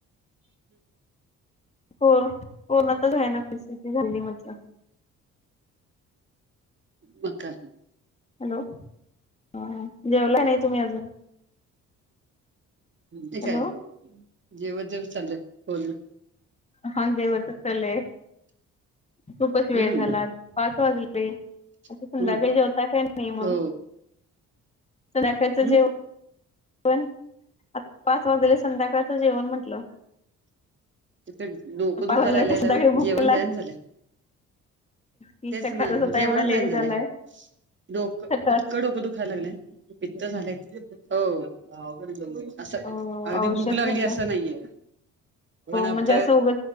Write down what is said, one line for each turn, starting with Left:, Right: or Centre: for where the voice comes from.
Left: कोण कोण आ <unintelligible> तर घयान स्थिती झाली मज्र
Right: म काय.
Left: हॅलो हा जेवलाय नाही तुम्ही अजून
Right: ते
Left: हॅलो
Right: काय जेवत जेवत चाललं बोलण.
Left: हा जेवत चाले खूपच वेळ
Right: हम्म
Left: झाला पाच वाजले. आता
Right: हम्म
Left: संध्याकाळी जेवता काय नाही मग
Right: हो
Left: संध्याकाळीच
Right: हम्
Left: जेव पण आता पाच वाजेले संध्याकाळचं जेवण म्हंटलं
Right: तथ डोकं दुखा
Left: वाजल्या
Right: लागलेय
Left: तर
Right: त्या
Left: संध्याकाळी भूक
Right: जेवण
Left: तर लागतेच
Right: जायन झालं.
Left: की
Right: तेच
Left: सकाळचाच
Right: ना जेवण
Left: आता एवढा लेट
Right: जाईन झालंय.
Left: झालाय
Right: डोकं
Left: सकाळ
Right: इतकं डोकं दुखायला लागलंय पित्त झाले हो अस अगदी
Left: अ औषध
Right: भूक लागली
Left: घेता
Right: असं नाहीये पण
Left: म्हणजे
Right: आता
Left: असं उगच